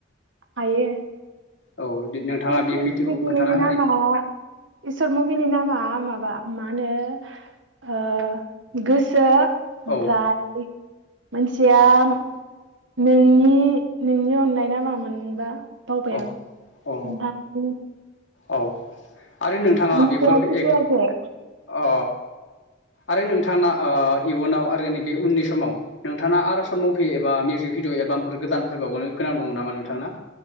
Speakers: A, on the right; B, on the left.
A: हायो
B: औ नोंथाङा
A: बेसे
B: बे खैथिखौ खोन्थाना होनाय
A: नामा <unintelligible> इसोर सर्ट मुभिनि नामा माबा मा होनो ओ गोसो ओमफ्राय
B: औ
A: मोनसिया नोंनि नोंनि अननाय ना मामोनबा बावबाय आं
B: औ
A: ओमफ्राय
B: अ औ आरो नोंथाङा
A: मोनसेया
B: बेफोरखौ
A: सिफियाजे
B: ए औ आरो नोंथाङा ओ इयुनाव आरो नैबे उननि समाव नोंथाङा आरो सर्ट मुभि एबा मिउजिक भिडिअ एलबामफोर गोदानफोर फैबावनो गोनां दङ नामा नोंथांना